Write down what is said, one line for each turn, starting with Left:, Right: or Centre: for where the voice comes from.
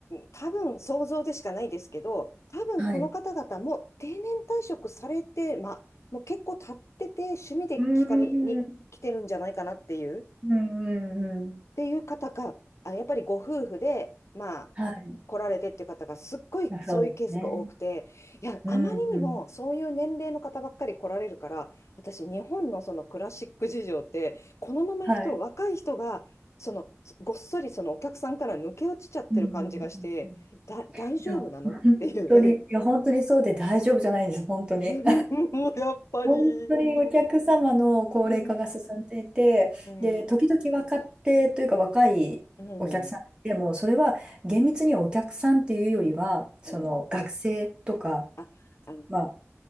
Left: 多分想像でしかないですけど、多分この方々もう定年退職されて、
Right: はい。う
Left: ま、もう結構経ってて、趣味で聞かれに来てるんじゃないかなっていう。
Right: ーん。うんうんうん。
Left: ていう方が、あ、やっぱりご夫婦で、まあ、
Right: はい。
Left: 来られてっていう方がすっごいそういうケースが多くて、
Right: あ、そうですね。
Left: いや、
Right: うんうん。
Left: あまりにもそういう年齢の方ばっかり来られるから、私、日本のそのクラシック事情って、このまま行くと若い人が、
Right: はい。
Left: そのごっそりそのお客さんから抜け落ちちゃってる感じがして、
Right: うんうんうんうん
Left: だ、大丈夫なのっていう。
Right: いや、本当に、いや、本当にそうで大丈夫じゃないんです。本当に。
Left: <laughs> もうやっぱり。
Right: 本当にお客様の高齢化が進んでいて、
Left: うん。うん。
Right: で、時々若手というか若いお客さんがいても、
Left: うん。
Right: それは厳密にはお客さんっていうよりは、その学生とか、
Left: うん。あ、あの、
Right: ま